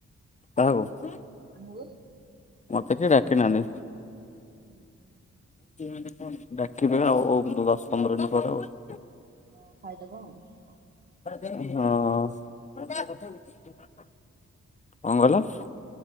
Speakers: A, on the left; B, on the right.
A: କାହାକୁ,
B: ଆମକୁ
A: ମତେ କିଏ ଡାକି ନାହାନ୍ତି।
B: ହୁଁ।
A: <inaudible> ଡାକିଦେବେ ଆଉ ଦଶ ପନ୍ଦର ଦିନ ପରେ ଆଉ।
B: ହଁ ଖାଇଦବ ଆଉ।
A: ହଁ କଣ କହିଲ।